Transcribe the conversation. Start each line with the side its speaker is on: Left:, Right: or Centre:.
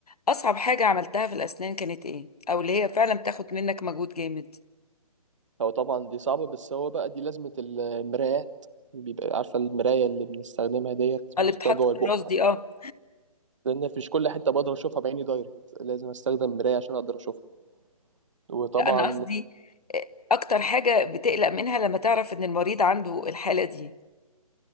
Left: اصعب حاجه عملتها في الاسنان كانت ايه او اللي هي فعلا بتاخد منك مجهود جامد
Right: هو طبعا دي صعبة بس هو بقى دي لازمة المرايات بيبقى عارفة المراية اللي بنستخدمها ديت
Left: آه،
Right: ونحطها
Left: اللي بتحط
Right: جوه
Left: في
Right: البق
Left: الراس دي
Right: عشان
Left: اه
Right: لأن مش كل حتة بقدر أشوفها بعيني دايركت لازم أستخدم مراية عشان أقدر أشوفها وطبعا
Left: لا انا قصدي آه، اكتر حاجه بتقلق منها لما تعرف ان المريض عنده الحاله دي